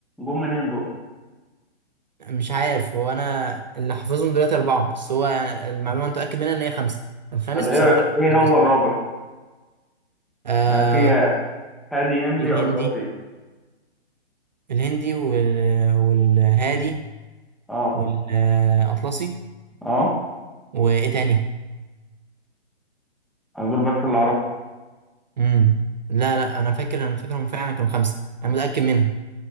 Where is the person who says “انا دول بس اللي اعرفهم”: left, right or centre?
Centre